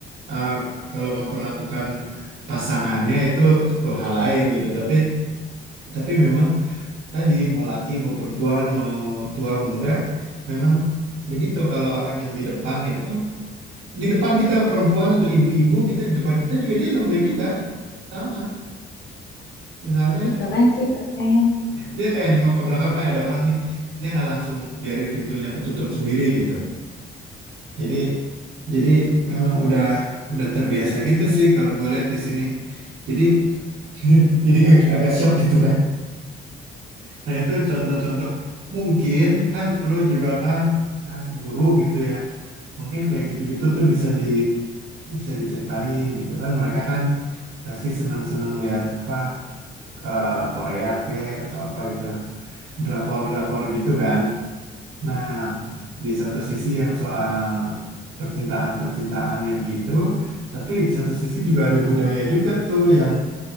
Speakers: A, on the right; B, on the left.
A: uh, kalau memperlakukan pasangannya itu satu hal lain gitu. Tapi tapi memang tadi mau laki mau perempuan mau tua muda memang begitu kalau orang yang di depan itu di depan kita perempuan atau ibu-ibu kita di depan kita juga dia nungguin juga sama. Misalnya
B: Ih, keren sih, keren.
A: Dia kayak nengok ke belakang, eh ada orang nih. Dia nggak langsung biarin pintunya ketutup sendiri gitu. Jadi jadi memang udah udah terbiasa gitu sih kalau gue lihat di sini. Jadi <laughs> jadi agak shock gitu kan. Nah itu contoh-contoh mungkin kan lo juga kan ah, guru gitu ya. Mungkin kayak gitu-gitu tuh bisa di bisa diceritain gitu kan. Mereka kan pasti senang-senang lihat apa eh, Korea ke atau apa gitu. Drakor-drakor gitu kan. Nah, di satu sisi yang soal percintaan-percintaannya begitu, tapi di satu sisi juga ada budaya juga tuh yang